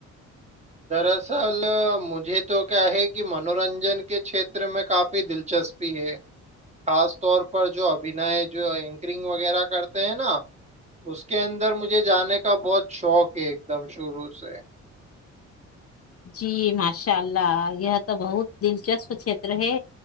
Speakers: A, on the right; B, on the left.
A: دراصل مجھے تو کیا ہے کہ منورنجن کے چھیتر میں کافی دلچسپی ہے خاص طور پر جو ابھینئے جو اینکرنگ وغیرہ کرتے ہیں نا اس کے اندر مجھے جانے کا بہت شوق ہے ایک دم شروع سے
B: جی ماشاء اللہ یہ تو بہت دلچسپ چھیتر ہے